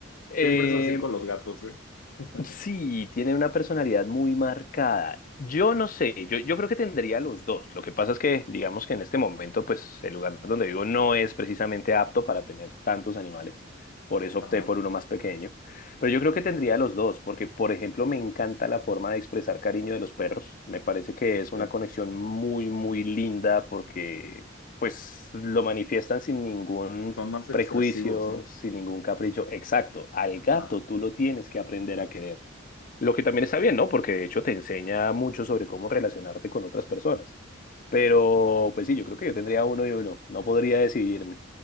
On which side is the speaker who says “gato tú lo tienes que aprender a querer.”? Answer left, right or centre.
Left